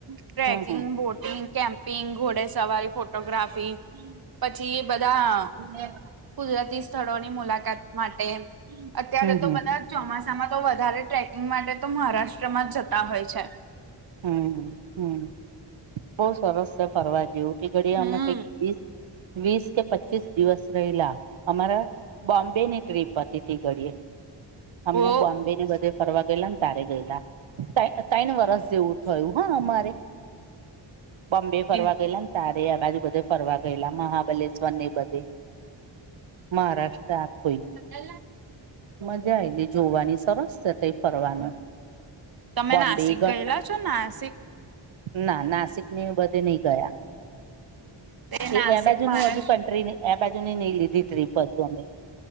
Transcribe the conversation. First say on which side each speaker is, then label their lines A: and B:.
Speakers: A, on the right; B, on the right.
A: ટ્રેકિંગ,
B: હમ હમ
A: બોટિંગ, કેમ્પિંગ, ઘોડે સવારી ફોટોગ્રાફી પછી બધા
B: <inaudible>
A: કુદરતી સ્થળોની મુલાકાત માટે અત્યારે
B: હમ
A: તો બધા ચોમાસામાં તો વધારે ટ્રેકિંગ માટે તો મહારાષ્ટ્રમાં જતા હોય છે.
B: હમ હમ બહુ સરસ છે ફરવા જેવું કે ઘડિયા
A: હમ
B: એમા કઈક વીસ કે પચીસ દિવસ રહેલા અમારા બોમ્બે ની ટ્ર્રીપ હતી તે ઘડીએ અમને
A: ઓ
B: બોમ્બે ને બધે ફરવા ગયેલા ને તારે ગયેલા તેન તેનણ વરસ જેવું થયું હા અમારે બોમ્બે ફરવા
A: એ
B: ગયેલા તારે આ બાજુ બધે ફરવા ગયેલા મહા બલેસવર એ બધે મહારાષ્ટ્ર આખું
A: એલા
B: મજા આયેલી જોવાની સરસ છે ત્યાં ફરવાનું
A: તમે
B: બોમ્બે
A: નાસિક
B: ગટ
A: ગયેલા છો નાસિક
B: ના નાસિક ને એ બધે નહી ગયા
A: તે નાસિક
B: એ એ બાજુ
A: મારે
B: નું હજુ કન્ટ્રીને આ બાજુ ની નઈ લીધી ટ્રીપ હજુ અમે